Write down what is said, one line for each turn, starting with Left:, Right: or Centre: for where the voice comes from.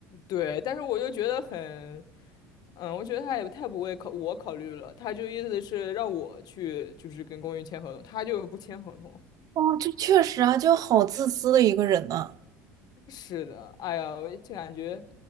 Left: 对，但是我就觉得很，嗯，我觉得他也太不为考我考虑了，他就意思是让我去就是跟公寓签合同，他就不签合同，
Right: 哦，这确实啊，就好自私的一个人呐。
Left: 是的，哎呀，我就感觉